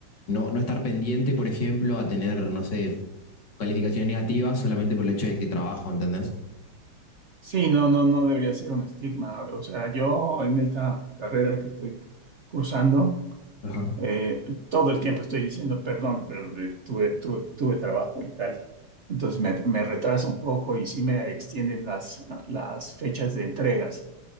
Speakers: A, on the left; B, on the right.
A: no, no estar pendiente, por ejemplo, a tener, no sé, calificaciones negativas solamente por el hecho de que trabajo, ¿entendés?
B: sí, no, no, no debería ser un estigma. O sea, yo en esta carrera que estoy cursando,
A: Ajá,
B: Eh, todo el tiempo estoy diciendo perdón, pero eh, tuve, tuve, tuve trabajo y tal. Entonces me, me retraso un poco y sí me extienden las, las fechas de entregas,